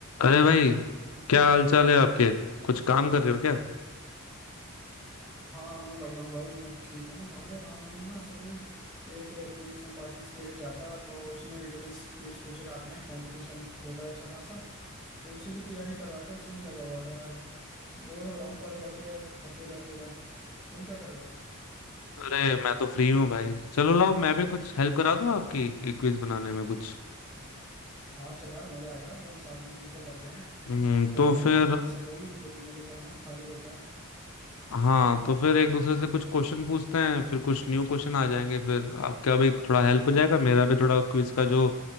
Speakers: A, on the left; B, in the centre.
A: अरे भाई क्या हाल चाल है आपके कुछ काम कर रहे हो क्या
B: हाँ मैं बढ़िया हूँ भाई मैं ठीक हूँ अरे हाँ मैंने ना असल में एक क्विज में पार्टिसिपेट किया था तो उसमें रिडल्स क्विज पूछे जाते हैं कंपटीशन होता है अच्छा खासा तो उसी की तैयारी कर रहा था उसी में लगा हुआ था यार बोर हो रहा हूँ पढ़ पढ़ के अकेला अकेला तुम क्या कर रहे हो
A: अरे मैं तो फ्री हूँ भाई चलो लाओ मैं भी कुछ हेल्प करा दूँ आपकी एक क्विज बनाने में कुछ
B: हाँ चल यार मजा आएगा दोनों साथ में मिलकर करते हैं
A: हम्म
B: थोड़ी
A: तो
B: मेरी
A: फिर
B: प्रैक्टिस हो गई जो भी मुझे करना खाली बैठा है
A: हाँ तो फिर एक दूसरे से कुछ क्वेश्चन पूछते हैं फिर कुछ न्यू क्वेश्चन आ जाएंगे फिर आपका भी थोड़ा हेल्प हो जाएगा मेरा भी थोड़ा क्विज का जो